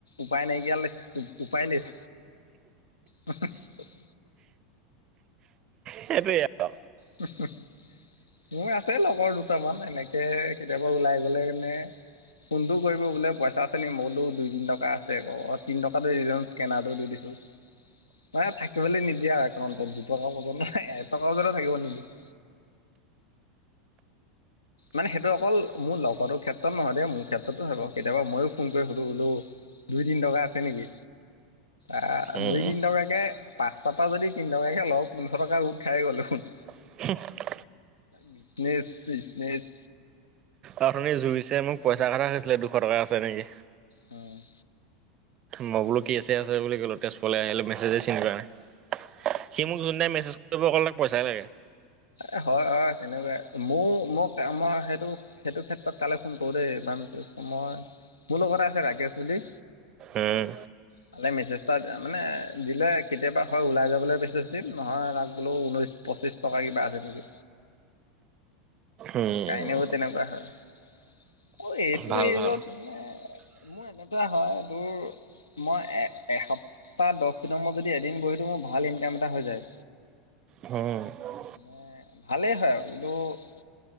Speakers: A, on the left; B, on the right.
A: উপায় নাইকিয়া লৈ উপায় লেছ। <unintelligible>
B: সেইটোৱে আও।
A: উ <unintelligible> মোৰ আছে লগৰ দুটামান এনেকে কেতিয়াবা ওলাই গ'লে মনে। ফোনটো কৰিব বোলে পইচা আছে নেকি মোলো দুই তিন টকা আছে আ তিন টকাটো দি দে চুন স্কেনাৰটো দিছো। মানে থাকিবলৈ নিদিয়া আও একাউন্টত দুটকা ন এ টকা ব থাকিব নেকি। <unintelligible> মানে সেইটো অকল মোৰ লগৰটো ক্ষেত্ৰত নহয় দেই মোৰ ক্ষেত্ৰতো হয় কেতিয়াবা মইো ফোন কৰি সুধো বোলো। দুই তিন টকা আছে নেকি আহ
B: উম
A: দুই
B: উম
A: তিন টকাকে। পাঁচতাপা যদি তিনি টকাকে লওঁ পোন্ধৰ টকা গোট খাই গল চুন।
B: <unintelligible>
A: বিজনেচ বিছনেচ
B: অ তুনি জুইছে মোক পইচা কথা হৈছিলে দুশ টকা আছে নেকি?
A: উম
B: মই বোলো কি আছে আছে বুলি ক'লো, তেজপুৰ আহিলো মেছেজে চিন কাৰা। এ সি মোক যোন দিনাই মেছেজ কৰিব অকল তাক পইচাই লাগে।
A: এ হয় হয়, তেনেকুৱাই মোৰ মোক আমাৰ সেইটো সেইটো ক্ষেত্ৰত কালে ফোন কৰো দেই ব মই মোৰ লগতে আছে ৰাকেশ বুলি।
B: উম
A: তালে মেছেজ এটা মানে দিলে কেতিয়াবা হয় ওলাই যাবলৈ মেছেজ দিম নহয় তাক বোলো ঊনৈশ পঁচিছ টকা কিবা আছে নেকি
B: উম
A: কাহিনী বোৰ তেনেকুৱা হয়। অঁ এইটো
B: ভাল ভাল
A: এইজত মানে মোৰ এনেকুৱা হয়, তোৰ মই এ এসপ্তাহ দছ দিনৰ মোৰত যদি এদিন বহি থাকোঁ, মোৰ ভাল ইনকাম এটা হৈ যায়।
B: অঁহ
A: মানে ভালেই হয় আৰু কিন্ত